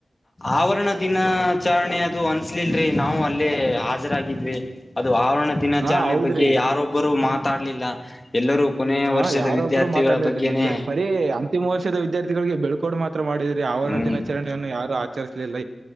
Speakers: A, on the left; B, on the right.
A: ಆವರಣ ದಿನಾಚಾರರಣೆ ಅದು ಅನ್ಸ್ಲಿಲ್ಲ ನಾವು ಅಲ್ಲೇ ಹಾಜರಾಗಿದ್ವಿ ಅದು ಆವರಣ ದಿನಾಚರಣೆ
B: ಹಾ ಹೌದ್ರಿ
A: ಬಗ್ಗೆ ಯಾರೊಬ್ಬರು ಮಾತ್ರ ಮಾತಾಡ್ಲಿಲ್ಲ ಎಲ್ಲರೂ ಕೊನೆಯ
B: ಹ
A: ವರ್ಷದ
B: ಯಾರೊಬ್ರು
A: ವಿದ್ಯಾರ್ಥಿಗಳ
B: ಮಾತಾಡ್ರಿ
A: ಬಗ್ಗೆನೆ
B: ನಿಜ ಬರೀ ಅಂತಿಮ ವರ್ಷದ ವಿದ್ಯಾರ್ಥಿಗಳಿಗೆ ಬೆಳ್ಕೋಡು ಮಾತ್ರ ಮಾಡಿದ್ರೆ ಆವರಣ
A: ಹ್ಮ್
B: ದಿನಾಚರಣೆಯನ್ನು ಯಾರು ಆಚರಿಸಲಿಲ್ಲ